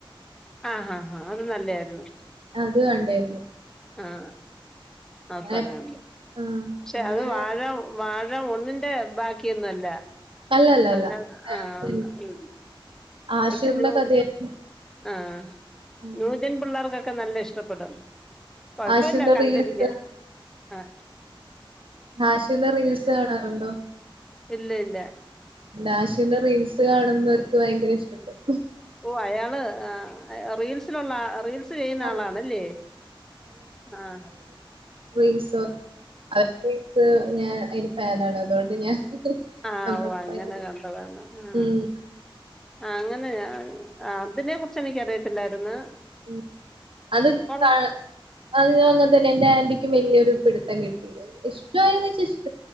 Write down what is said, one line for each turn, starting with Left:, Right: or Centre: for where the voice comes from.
Centre: ആഹഹ ആഹ് അത് നല്ലായിരുന്നു
Right: ഇത് കണ്ടാരുന്നു
Centre: ആഹ് ആ പടംകണ്ട്
Right: എപ് ആഹ്.
Centre: പക്ഷെ
Right: അങ്ങനെ
Centre: അത് വാഴ വാഴ ഒന്നും <unintelligible> ബാക്കിയൊന്നുല്ല
Right: അല്ലല്ലല്ല.
Centre: അതിനാത്ത്
Right: വേറൊരു
Centre: അ അ
Right: ആഷിറിന്റെ
Centre: ഒരുത്തൻ ജോ
Right: കഥയായിരുന്നു.
Centre: ആഹ
Right: ആഹ്.
Centre: നൂജൻ പിള്ളേർക്കൊക്കെ നല്ല ഇഷ്ടപ്പെടും കൊഴപ്പവില്ല
Right: ആഷിറിന്റെ
Centre: കണ്ടിരിക്ക
Right: റീൽസ്
Centre: ആഹ്
Right: ഹാഷ്റിന്റെ റീൽസ് കാണാറുണ്ടോ
Centre: ഇല്ല ഇല്ല
Right: ആഷ്റിന്റെ റീൽസ് കാണന്നോർക്ക് ഭയങ്കര ഇഷ്ടപ്പെടും
Centre: ഓ അയാള് ആ റീൽസിലുള്ള അ റീൽസ് സ് ചെയ്യുന്ന
Right: ആഹ്.
Centre: ആളാണല്ലേ ആഹ
Right: റീൽസോ അവർക്ക് <unintelligible> ഞ അയിന് ഫാനാണ് അതുകൊണ്ട് ഞാൻ
Centre: ആ
Right: നമ്മൾക്ക്
Centre: ഓ അങ്ങനെ
Right: ഭയങ്കര.
Centre: കണ്ടതാണ് ആ
Right: മ്മ്.
Centre: ആ അങ്ങനെയാ അതിനെ കുറിച്ച് എനിക്കറിയത്തില്ലായിരുന്നു
Right: ഉ അത്
Centre: കൊള്ള
Right: കാ അത് അങ്ങനെ തന്നെ എന്റെ ആന്റി ക് വലിയൊരു പിടിത്തം കിട്ടില ഇഷ്ടയോ എന്ന് ചോദിച്ചാ ഇഷ്